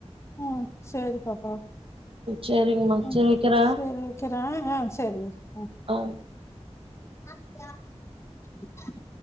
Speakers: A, on the left; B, on the right.
A: ம் சேரி பாப்பா
B: சேரிங்கம்மா
A: ம்
B: சேரி வைக்கிறே
A: சேரி வக்கிற அ சேரி வை ம்
B: ஆ
A: சாப்ட்டியா <unintelligible>